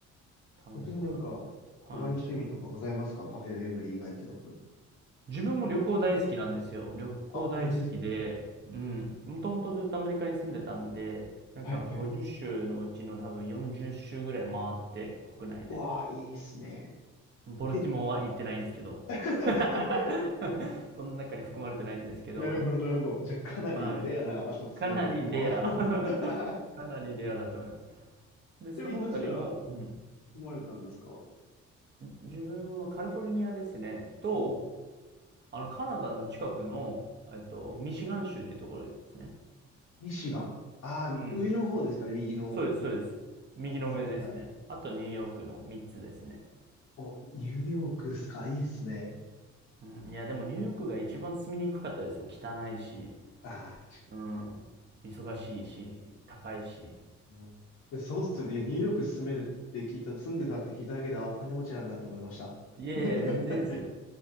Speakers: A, on the right; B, on the left.
A: 楽しそうだな。
B: 逆になんか、他に趣味とかございますかカフェ巡り以外ってところで。
A: はい。自分も旅行大好きなんですよ。旅行大好きで、
B: あ、本当ですか
A: うん。もともとずっとアメリカに住んでたんで、なんか50州のうちの多分40州ぐらい回って国内で。
B: はいはい。うわあ、いいっすね。
A: ボルティモアは行ってないんですけど。
B: え <laughs>
A: <laughs> その中に含まれてないんですけど、
B: なるほど、なるほど。じゃあ、かなりレアな場所ですね、
A: はい。かなりレア。
B: ボルテモア。<laughs>
A: <laughs> かなりレアだと思います。で、その他にも、
B: ちなみに、どちら
A: うん、
B: 住まれたんですか
A: 自分はカリフォルニアですね、と、
B: おおー、
A: あの、カナダの近くの、えっと、
B: え
A: ミシガン州っていうところですね。
B: ミシガン。ああ、
A: うん。
B: 上の方ですかね、右の。
A: そうです、そうです。右の上ですね。
B: はいはいはいはい。
A: あとニューヨークの3つですね。
B: お、ニューヨークっすか、いいっすね。
A: うん、いや、でもニューヨークが一番住みにくかったですよ。汚いし、
B: ああ、確か
A: うん、忙しいし、高いし。
B: にな。いや、そうっすよね。いや、ニューヨーク住めるって聞いた、住んでたって聞いただけで、あ、お金持ちなんだと思いました。
A: いやいや、
B: <laughs>
A: 全然ですよ。